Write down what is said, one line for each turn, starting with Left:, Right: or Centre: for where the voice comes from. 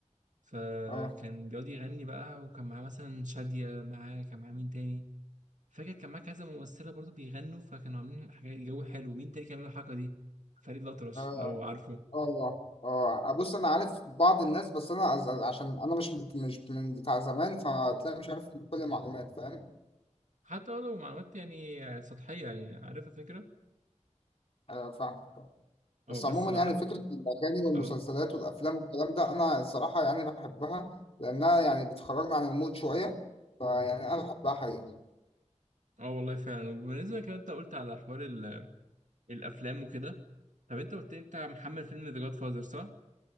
Right: فكان
Left: اه
Right: بيقعد يغني بقى وكان معاه مثلا شادية معاه كان معاه مين تاني فاكر كان معاه كذا ممثله برضو بيغنوا فكانوا عاملين حاجات جو حلو مين تاني كان عامل الحركه دي فريد الأطرش
Left: اه
Right: لو عارفه
Left: اه اه بص انا عارف بعض الناس بس انا أز- أز- عشان انا مش مت- مش من بتاع زمان فتلاقي مش عارف كل المعلومات فاهم
Right: حتى لو معلومات يعني سطحيه يعني عارف الفكره
Left: انا فاهم
Right: اه
Left: بس
Right: بس
Left: عموما
Right: بقى
Left: يعني فكره الاغاني والمسلسلات
Right: اه
Left: والافلام والكلام ده انا الصراحه يعني بحبها لانها يعني بتخرجنا عن المود شويه فيعني انا بحبها حقيقي
Right: اه والله فعلا وبالنسبه كده انت قلت على حوار ال- الافلام وكده طب انت قلت لي انت محمل فيلم ذا جاد فاذر صح